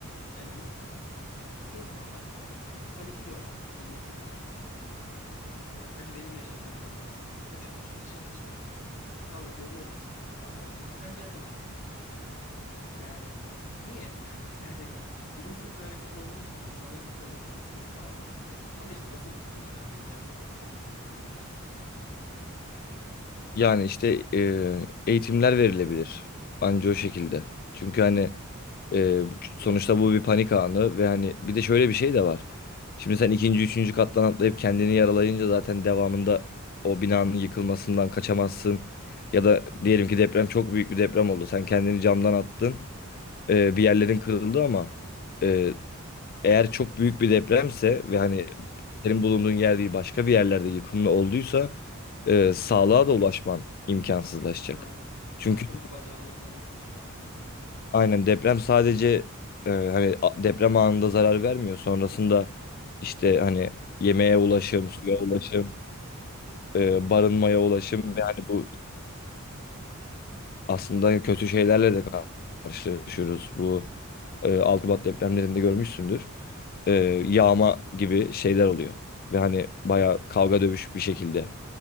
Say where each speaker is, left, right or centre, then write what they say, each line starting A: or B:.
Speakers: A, on the left; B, on the left.
A: Yani insanlar Panikliyorlar. Bilinçsiz hareket ediyorlar. İşte hadi benim yaşadığım çok basitti. Koşa koşa dışarı çıktılar. Ama görüyoruz İstanbul'da adam c- pencereden atlıyor. Yani niye? <laughs> Gerçekten. Bilinçsiz bir hareket olduğu için insanlar bu konuda bilinçsiz kaldığı için. Ama işte nasıl bilinçlendireceğimiz konusunda bir fikrim yok açıkçası.
B: Yani işte e, eğitimler verilebilir. Anca o şekilde. Çünkü hani Ee, sonuçta bu bir panik anı ve hani bir de şöyle bir şey de var. Şimdi sen ikinci, üçüncü kattan atlayıp kendini yaralayınca zaten devamında o binanın yıkılmasından kaçamazsın. Ya da diyelim ki deprem çok büyük bir deprem oldu. Sen kendini camdan attın. Ee, bir yerlerin kırıldı ama e, eğer çok büyük bir depremse ve hani senin bulunduğun yer değil başka bir yerlerde yıkımlı olduysa e, sağlığa da ulaşman imkansızlaşacak.
A: Aynen.
B: Çünkü
A: Ya o kırık bacağınla kalırsın yani.
B: Aynen deprem sadece e, hani a- deprem anında zarar vermiyor. Sonrasında işte hani yemeğe
A: Asıl
B: ulaşım,
A: sorun zaten
B: suya
A: evet.
B: ulaşım, e,
A: Dediğin
B: barınmaya
A: gibi.
B: ulaşım ve hani bu aslında kötü şeylerle de kar- karşılaşıyoruz. Bu e, 6 Şubat depremlerinde görmüşsündür. E, yağma gibi şeyler oluyor. Ve
A: Evet,
B: hani
A: evet.
B: bayağı kavga dövüş bir şekilde